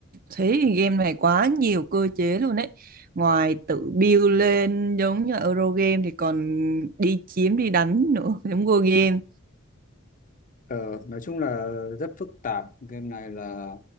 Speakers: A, on the right; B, on the left.
A: thế thì game này quá nhiều cơ chế luôn đấy. Ngoài tự build lên giống như euro game thì còn đi chiếm đi đánh nữa giống Go game.
B: Ờ, nói chung là rất phức tạp game này là